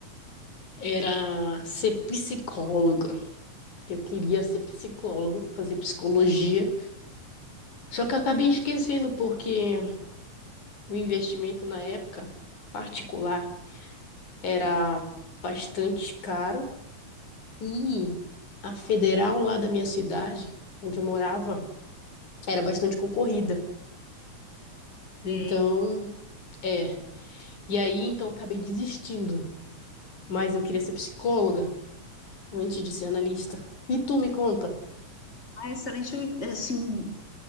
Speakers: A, on the left; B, on the left.
A: era ser psicólogo. Eu queria ser psicólogo, fazer psicologia. Só que eu acabei esquecendo, porque o investimento na época particular era bastante caro e a federal lá da minha cidade, onde eu morava, era bastante concorrida. Então,
B: sei.
A: é. E aí, então, eu acabei desistindo. Mas eu queria ser psicóloga antes de ser analista. E tu me conta?
B: Ah, excelente, assim,